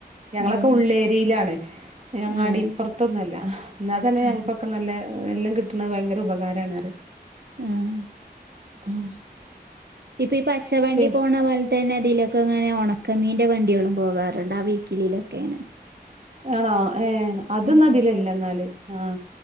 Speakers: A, on the right (about 45°); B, on the right (about 75°).
A: ഞങ്ങളൊക്കെ
B: ആഹ്
A: ഉള്ളേ വെയിലാണ് അങ്ങാടി
B: ആഹ്
A: പ്പുറത്തൊന്നുല്ല എന്നാൽ തന്നെ
B: ആഹ്
A: ഞങ്ങക്കൊക്കെ നല്ല എല്ലാം കിട്ട്ണ ഭയങ്കര ഉപകാരാണ്
B: ആഹ്
A: ആഹ്
B: ഇപ്പൊ ഈ പച്ചവണ്ടി
A: പി
B: പോണ പോല തന്നെ അതിലൊക്കെങ്ങെന ഉണക്കമീൻ്റെ വണ്ടികളും പോകാറുണ്ട് ആ വീക്കിലിലൊക്കെണ്
A: ആണോ ഏഹ അതോന്നും
B: ഉം
A: അതിലില്ല എന്നാല് ആഹ